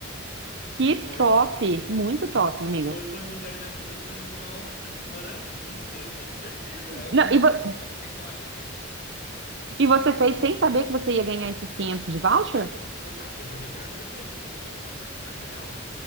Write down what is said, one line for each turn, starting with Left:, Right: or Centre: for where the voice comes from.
Right: que
Left: Foi
Right: top, muito top, amigo.
Left: quando a mulher me avisou, eu falei, nossa, que maravilha, com certeza. Ela perguntou,
Right: Não, e, vo-
Left: você quer? Eu falei, claro.
Right: e você fez sem saber que você ia ganhar esses 500 de voucher?
Left: Aham, n- não sabia. Eu sabia que era 300, que tipo, é um valor super legal, né?